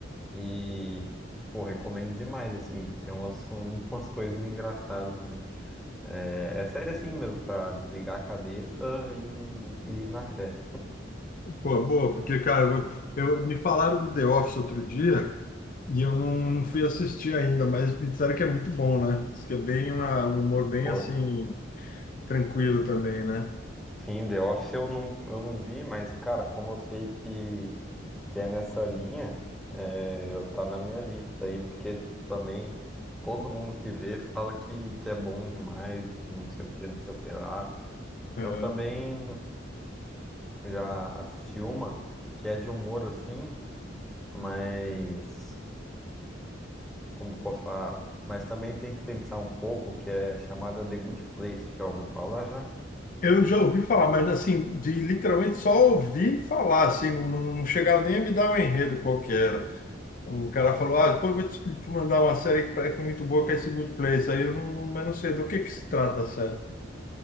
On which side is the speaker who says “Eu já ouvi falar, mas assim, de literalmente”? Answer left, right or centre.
Left